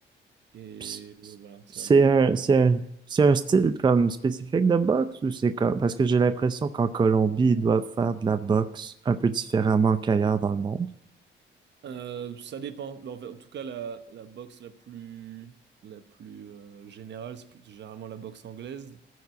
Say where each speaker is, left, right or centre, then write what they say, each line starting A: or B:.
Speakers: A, on the right; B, on the right.
A: et
B: Puis c-
A: voilà, c'est
B: C'est
A: un peu des
B: un, c'est un, c'est un style comme spécifique de boxe ou c'est comme, parce que j'ai l'impression qu'en Colombie, ils doivent faire de la boxe un peu différemment qu'ailleurs dans le monde.
A: Euh, ça dépend. En fait, en tout cas, la, la boxe la plus, la plus euh, générale, c'est plus- généralement la boxe anglaise.